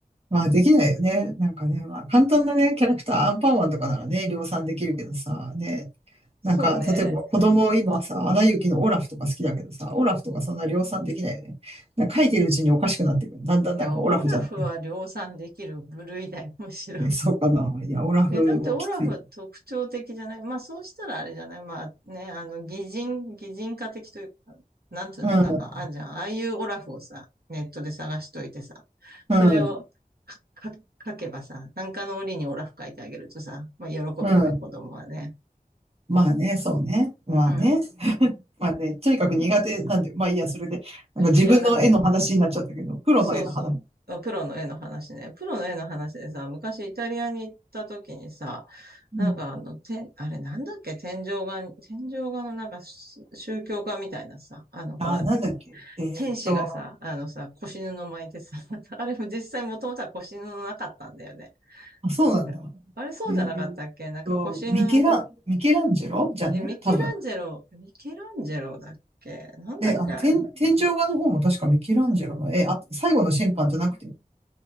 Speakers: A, on the right; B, on the right.
A: まあできないよね。なんかね、
B: うん
A: まあ簡単なね、キャラクター、アンパンマンとかならね、量産できるけどさ、ね。
B: そうね。
A: なんか、例えば子供今さ、アナ雪のオラフとか好きだけどさ、オラフとかそんな量産できないよね。なんか書いてるうちにおかしくなってくる。だんだんなんかオラフじゃなく
B: いや、オラフは量産できる部類だよ、むしろ。
A: て、そうかな。いや、オラフもきつい。
B: え、だってオラフは特徴的じゃない。まあそうしたらあれじゃない。まあね、あの、擬人、擬人化的というか、なんていうの、
A: うん、
B: なんかあんじゃん。ああいうオラフをさ、ネットで探しといてさ、それをか、
A: うん、
B: か、書けばさ、なんかの折にオラフ書いてあげるとさ、まあ喜ぶよね、
A: うん。
B: 子供はね。
A: まあね、そうね。まあね。
B: うん。
A: <laughs> まあね、とにかく苦手なんで、まあいいや、それで、なんか自分の絵の話になっちゃったけど、
B: いや、なんか
A: プロの絵の話。
B: そうそう。あプロの絵の話ね。プロの絵の話でさ、昔イタリアに行った時にさ、
A: うん。
B: なんかあの、てあれなんだっけ天井画、天井画のなんかし宗教画みたいなさ、あのほら、
A: ああ、なんだっけ。えーっと、
B: 天使がさ、あのさ、腰布巻いてさ、<laughs> あれも実際もともとは腰布なかったんだよね。
A: あ、そうなんだ。
B: 確か。あれそうじゃなかったっけなんか腰布と
A: えーっと、ミケラン、ミケランジェロじゃない多分。
B: え、ミケランジェロ、ミケランジェロだっけなんだっけあれ
A: で、あの、天、天井画の方も確かミケランジェロの絵、あ、最後の審判じゃなくて。